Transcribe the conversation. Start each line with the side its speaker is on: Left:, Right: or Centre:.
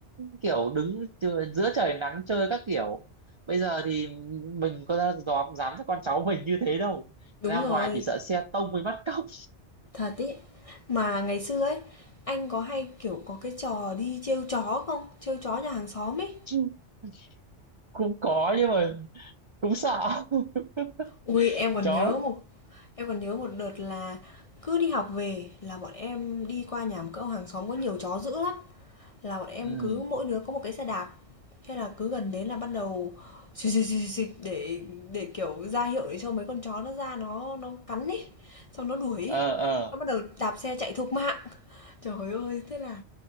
Right: kiểu đứng chờ- giữa trời nắng chơi các kiểu bây giờ thì mình có ra dám dám cho con cháu mình như thế đâu
Left: Đúng
Right: ra
Left: rồi,
Right: ngoài chỉ sợ xe tông với bắt cóc
Left: thật ý. Mà ngày xưa ấy, anh có hay, kiểu, có cái trò đi trêu chó không? Trêu chó nhà hàng xóm ấy.
Right: <laughs> cũng có nhưng mà cũng sợ <laughs>
Left: ui em còn
Right: chó
Left: nhớ
Right: lắm
Left: một em còn nhớ một đợt là cứ đi học về là bọn em đi qua nhà một cậu hàng xóm có nhiều chó dữ lắm, là bọn em
Right: ừ
Left: cứ mỗi đứa có một cái xe đạp. Thế là cứ gần đến là bắt đầu xịt xịt xịt xịt để để kiểu ra hiệu để cho mấy con chó nó ra nó nó cắn đi xong nó đuổi
Right: ờ
Left: ấy.
Right: ờ
Left: Nó bắt đầu đạp xe chạy thục mạng. Trời ơi, thế là